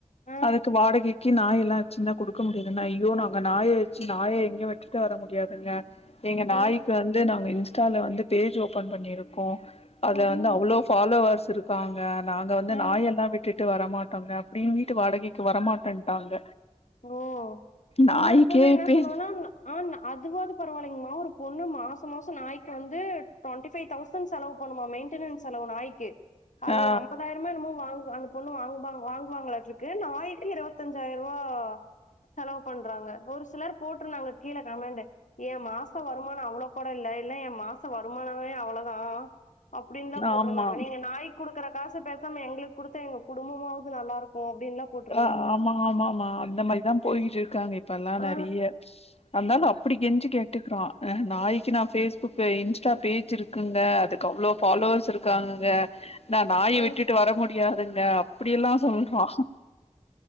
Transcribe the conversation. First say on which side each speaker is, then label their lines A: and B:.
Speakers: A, on the left; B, on the left.
A: ஆ
B: அதுக்கு வாடகைக்கு நாயெல்லா வெச்சிருந்தா கொடுக்க முடியாதுன்னா ஐயோ நாங்க நாய வெச்சு நாய எங்கயொ விட்டுட்டு வர முடியா துங்க எங்க நாய்க்கு
A: ஆ
B: வந்து நாங்க இன்ஸ்டால வந்து பேஜ் ஓபன் பண்ணிருக்கோ அதுல
A: அடேங்கப்பா
B: வந்து அவ்ளோ ஃபாலோவர்ஸ் இருக்காங்க நாங்க வந்து
A: ஆ
B: நாய் எல்லா விட்டுட் டு வரமாட்டோங்க அப்டின் வீட்டு வாடகைக்கு வரமாட்டேன்ட்டாங்க
A: ஓ
B: நாய்க்கே
A: உண்ணொரு பொண்ணு என்ன
B: பேஜ்
A: சொன்னுவானா ஆ அதுவாவது பரவாயில்லைங்கமா ஒரு பொண்ணு மாச மாச நாய்க்கு வந்து டுவண்டிஃபை தௌச் சண் செலவு பண்ணுமா மெயின்டெனன்ஸ் செலவு நாய்க்கு அது
B: ஆ
A: அம்பதாயிரமா என்னமோ வாங்கு அந்த பொண்ணு வாங்குபா வாங்குவாங்களாட்ருக்கு நாய்க்கு இருவத்தஞ்சாயிருவா ஆ செலவு பண்றாங்க ஒரு சிலர் போட்ருந்தாங்க கீழே கமெண்டு ஏ மாச வருமான அவ்ளே கூட இல்ல இல்ல ஏ மாச வருமானமே அவ்ளதா அப்டின்தா போட்ருந்தாங்க
B: ஆமா
A: நீங்க நாய் குடுக்குற காச பேசாம எங்களுக்கு கொடுத்தா எங்க குடும்பமாவது நல்லா இருக்கு அப்டின்லா போட்ருந்தாங்க
B: ஆ ஆமா ஆமாமா அந்த மாரிதா போய்கிட்டு இருக்காங்க இப்ப எல்லா
A: ஆ
B: நறைய அந்தாலு அப்டி கெஞ்சி கேட்டுக்றா நாய்கக்கு நா ஃபேஸ்புக்கு இன்ஸ்டா பேஜ் இருக் குங்க அதுக்கு அவ்ளோ ஃபாலோவர்ஸ் இருக்காங்கங்க நா நாய
A: ஆ
B: விட்டுட்டு வர முடியாதுங்க அப்டியெல்லா சொல்றா